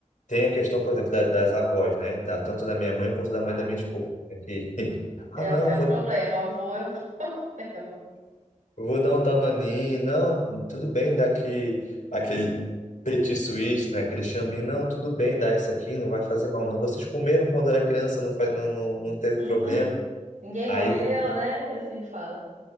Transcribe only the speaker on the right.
Ah,
é
um, é
um problema, avô é um <laughs> problema.
Uhum.
Ninguém morreu,
né? É assim que fala.